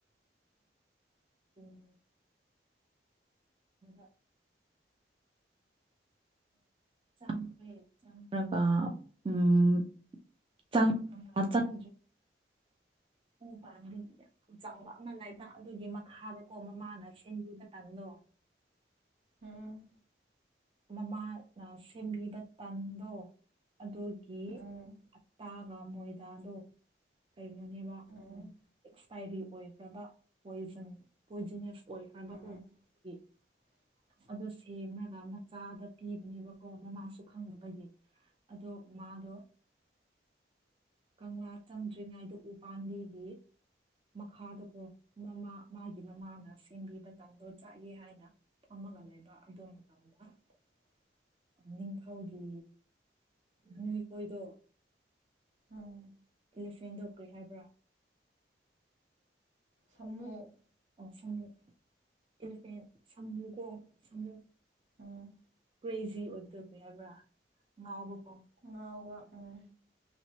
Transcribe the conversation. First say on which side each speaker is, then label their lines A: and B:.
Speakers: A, on the right; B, on the right.
A: ꯎꯝ ꯑ ꯆꯝꯕ꯭ꯔꯥ ꯎꯝ ꯆꯥꯡ ꯆꯥꯡ ꯁ ꯄ ꯌꯥꯝ ꯆꯥꯎꯕ ꯑꯃ ꯂꯩꯕ ꯑꯗꯨꯒꯤ ꯃꯈꯥꯗꯀꯣ ꯃꯃꯥꯅ ꯁꯦꯝꯦꯟꯕꯤ ꯃꯇꯝꯟꯗꯣ
B: ꯎꯝ
A: ꯃꯃꯥꯅ ꯁꯦꯝꯕꯤꯕ ꯇꯥꯟꯗꯣ ꯑꯗꯨ ꯀ
B: ꯎꯝ ꯎꯝ
A: ꯑꯇꯥꯒ ꯃꯣꯏꯗꯗꯣ ꯀꯩꯅꯣꯅꯦꯕ
B: ꯎꯝ
A: ꯑꯦꯛꯁꯄꯥꯏꯔꯤ ꯑꯣꯏꯈ꯭ꯔꯕ ꯄꯟ ꯄꯣꯏꯖꯅꯁ ꯑꯣꯏ ꯍꯥꯏꯕꯄꯥꯎꯒꯤ
B: ꯎꯝ <unintelligible>
A: ꯑꯣ ꯁꯦꯝꯅꯒ ꯃ ꯆꯥꯗ ꯄꯤꯕꯅꯦꯕꯀꯣ ꯃꯃꯁꯨ ꯈꯪꯅꯕꯒꯤ ꯑꯗꯣ ꯃꯥꯗꯣ ꯀꯪꯂꯥ ꯆꯪꯗ꯭ꯔꯤꯉꯩꯗꯣ ꯎ ꯄꯥꯟꯕꯤ ꯌꯦ ꯃꯈꯥꯗꯀꯣ ꯃꯃꯥ ꯃꯥꯒꯤ ꯃꯃꯥꯅ ꯁꯦꯝꯕꯤ ꯃꯇꯝꯗꯣ ꯆꯥꯏꯒꯦ ꯍꯥꯏꯅ ꯒ ꯂꯩꯕ ꯑꯗꯨꯝ ꯃꯇꯝꯗ
B: <unintelligible>
A: ꯅꯤꯡꯊꯧꯒꯤ ꯃꯤꯈꯣꯏꯗꯣ
B: ꯎꯝ
A: ꯏꯂꯤꯐꯦꯟꯗꯧꯈ꯭ꯔꯤ ꯍꯥꯏꯕ꯭ꯔꯥ
B: ꯁꯥꯃꯨ
A: ꯑꯣ ꯁꯃ ꯏꯐ ꯁꯝꯃꯨꯒꯣ ꯁꯝ
B: ꯎꯝ
A: ꯀ꯭ꯔꯦꯖꯤ ꯑꯣꯏꯒꯗꯕ ꯍꯥꯏꯕ꯭ꯔꯥ ꯉꯥꯎꯕ
B: ꯉꯥꯎꯕ ꯎꯝ